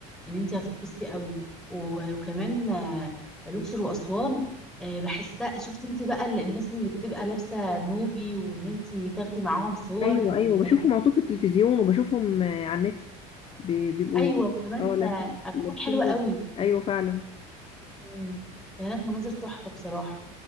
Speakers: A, in the centre; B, on the left.
A: ان انت هتتبسطي قوي و- وكمان آه، الاقصر واسوان آه، بحسها شفتي انت بقى ال- الناس اللي بتبقى لابسه نوبي وان انت تاخدي معاهم صور
B: ايوه
A: والكلام
B: ايوه بشوفهم على طول في التلفزيون وبشوفهم آه، على النت بي- بيبقوا
A: ايوه وكمان
B: اه لا-
A: آه، اغانيهم
B: لابسين
A: حلوه
B: دول.
A: قوي و-
B: ايوه فعلا
A: مم، هناك مناظر تحفه بصراحه